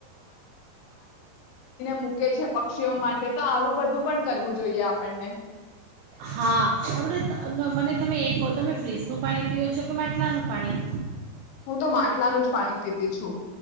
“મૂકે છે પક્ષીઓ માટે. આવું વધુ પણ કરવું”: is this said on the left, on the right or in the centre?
Left